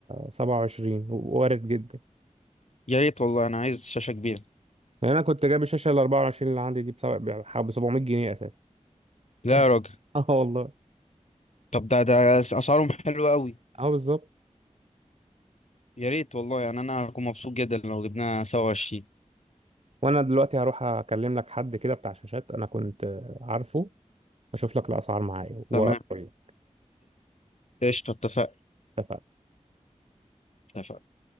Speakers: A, on the right; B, on the left.
A: 27 وارد جدا
B: يا ريت والله انا عايز شاشة كبيرة
A: يعني أنا كنت جايب الشاشة ال 24 اللي عندي دي بسبع- بحوالي 700 جنيه أساسا
B: لا
A: <laughs>
B: يا راجل
A: اه والله
B: طب ده ده اسعارهم حلوة قوي
A: اه بالظبط
B: يا ريت والله يعني انا هكون مبسوط جدا لو جبناها 27
A: وانا دلوقتي هروح اكلم لك حد كده بتاع شاشات انا كنت عارفه اشوف لك الاسعار معايا واقول
B: تمام
A: لك
B: قشطة اتفقنا
A: اتفقنا.
B: اتفقنا.